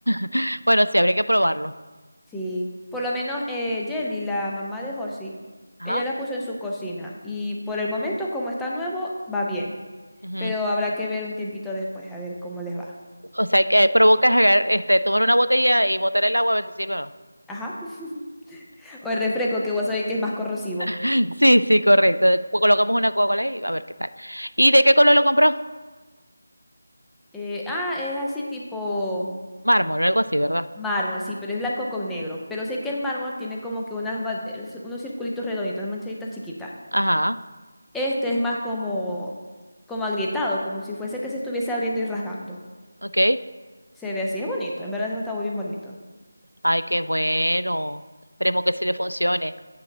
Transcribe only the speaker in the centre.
Sí. Por lo menos eh, Jelly, la mamá de Josie,
ella la puso en su cocina. Y por el momento, como está nuevo, va bien.
Pero habrá que ver un tiempito después a ver cómo les va.
Ajá. <laughs> O el refresco que vos sabés que es más corrosivo.
Eh, ah, es así tipo
mármol, sí, pero es blanco con negro. Pero sé que el mármol tiene como que unas, ba- eh, unos circulitos redonditos, unas manchaditas chiquitas.
Este es más como, como agrietado, como si fuese que se estuviese abriendo y rasgando.
Se ve así, es bonito, en verdad está muy bien bonito.